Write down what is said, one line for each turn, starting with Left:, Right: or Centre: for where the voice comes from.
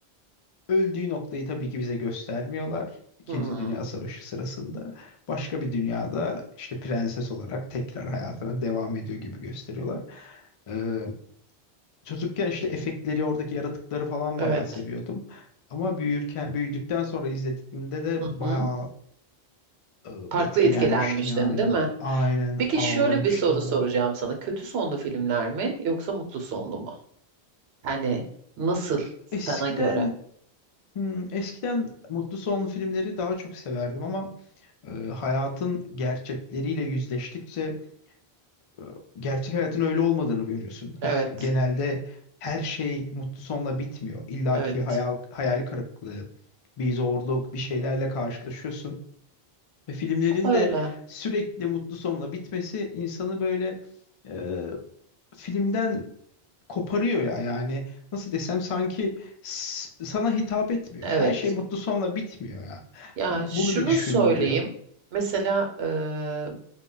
Left: Öldüğü noktayı tabii ki bize göstermiyorlar. İkinci
Right: Hmm,
Left: Dünya Savaşı sırasında başka bir dünyada işte prenses olarak tekrar hayatına devam ediyor gibi gösteriyorlar. Ee, çocukken işte efektleri, oradaki yaratıkları falan
Right: evet.
Left: bayağı seviyordum. Ama büyürken, büyüdükten sonra izlediğimde de
Right: Hı hı.
Left: bayağı e,
Right: Farklı
Left: etkilenmiştim
Right: etkilenmiştin,
Left: yani.
Right: değil mi?
Left: Aynen
Right: Peki
Left: ağlamıştım
Right: şöyle bir soru soracağım
Left: bayağı.
Right: sana. Kötü sonlu filmler mi yoksa mutlu sonlu mu? Hani nasıl
Left: O-
Right: sana
Left: Eskiden
Right: göre?
Left: hmm, eskiden mutlu sonlu filmleri daha çok severdim ama e, hayatın gerçekleriyle yüzleştikçe e, gerçek hayatın öyle olmadığını görüyorsun.
Right: Evet,
Left: Hiç genelde her şey mutlu sonla bitmiyor. İlla
Right: evet.
Left: ki bir hayal, hayal kırıklığı, bir zorluk, bir şeylerle karşılaşıyorsun. Ve filmlerin
Right: Öyle.
Left: de sürekli mutlu sonla bitmesi insanı böyle e, filmden koparıyor ya yani nasıl desem sanki s- sana hitap etmiyor.
Right: Evet.
Left: Her şey mutlu sonla bitmiyor ya.
Right: Ya
Left: Bunu
Right: şunu
Left: bir düşündürüyor.
Right: söyleyeyim. Mesela eee,